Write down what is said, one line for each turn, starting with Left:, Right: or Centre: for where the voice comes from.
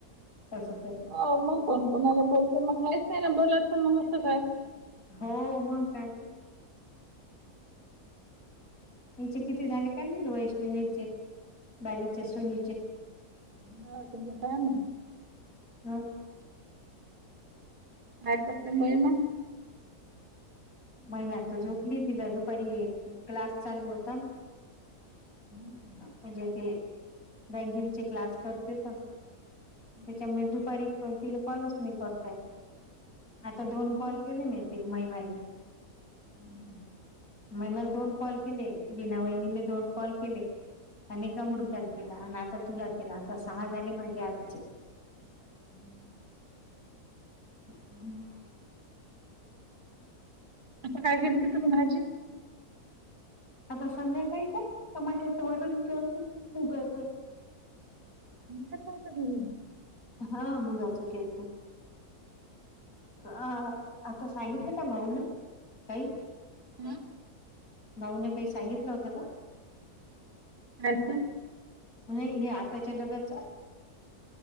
Left: कसं तरी.
Right: अ मग कोण कोणाला बोलते, मगायचं आहे ना बोलायचं मग असं काय?
Left: हो, मग काय? पिछे पिछे जाने का नही, तो वैष्णवीचे बालीच्या सुनेचे.
Right: ह किती टाइमयं?
Left: <unintelligible>
Right: काय करते, महीमा?
Left: महिमा तर झोपली तिचा दुपारी क्लास चालू होता ना.
Right: का?
Left: म्हणजे, ती बँकिंगचे क्लास करते का?
Right: हम्म.
Left: त्याच्यामुळे दुपारी तिला कॉलच नाही करता येत. आता दोन
Right: हो ना.
Left: कॉल केले, मी ती महिमाले.
Right: हम्म.
Left: महिमाला दोन कॉल केले, विना वहिनीने दोन कॉल केले. अनेक
Right: हम्म.
Left: अमृताला केला, आणि आता तुला केला आता सहा झाले माझे आजचे.
Right: हम अ
Left: ह ह <unintelligible>
Right: आता काय केलती, तुम्ही भाजी?
Left: आता संध्याकाळी का टमाट्याचं वरण केलतं, मुगाचं.
Right: सकाळ <unintelligible>
Left: हा मुगाचं केलत. हा आ आता सांगितलं का भाऊन काही.
Right: ना
Left: भाऊ न काही सांगितलं होतं का?
Right: नायचं
Left: नाही हे आताच्या डब्याच.